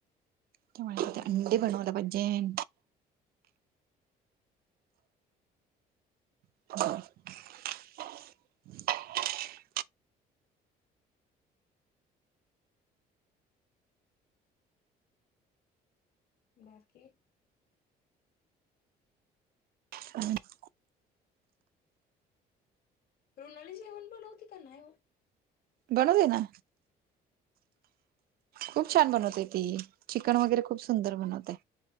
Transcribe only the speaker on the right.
ते मा
अंडी बनवला पज्जेन ह
ह
<unintelligible> दे ना. खूप छान बनवतय ती. चिकन वगैरे खूप सुंदर बनवतय.